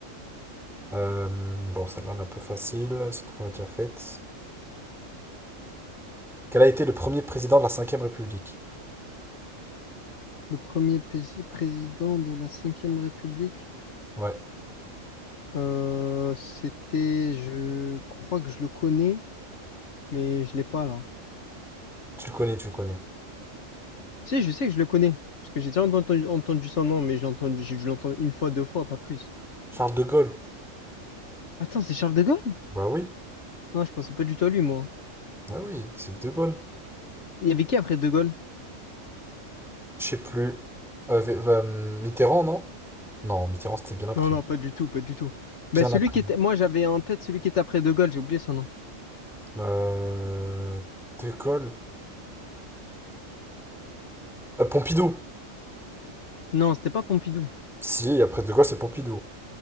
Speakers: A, in the centre; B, on the left.
A: Euh, bon, celle-là, elle est un peu facile, surtout qu'on l'a déjà faite. Quel a été le premier président de la cinquième République?
B: Le premier pays- président de la cinquième République.
A: Ouais,
B: Euh, c'était, je crois que je le connais, mais je l'ai pas là.
A: tu le connais, tu le connais.
B: Si, je sais que je le connais, parce que j'ai déjà entendu, entendu son nom, mais je l'ai entendu, j'ai dû l'entendre une fois, deux fois, pas plus.
A: Charles de Gaulle.
B: Attends, c'est Charles de Gaulle?
A: Bah oui,
B: Non, je pensais pas du tout à lui, moi.
A: Bah oui, c'est de Gaulle.
B: Il y avait qui après de Gaulle?
A: Je sais plus. Euh, V- euh, Mitterrand, non? Non, Mitterrand, c'était bien après.
B: Non, non, pas du tout, pas du tout.
A: Bien
B: Ben, celui
A: après.
B: qui était, moi, j'avais en tête celui qui était après de Gaulle, j'ai oublié son nom.
A: Euh, de Gaulle. Euh, Pompidou.
B: Non, c'était pas Pompidou.
A: Si, après De Gaulle, c'est Pompidou.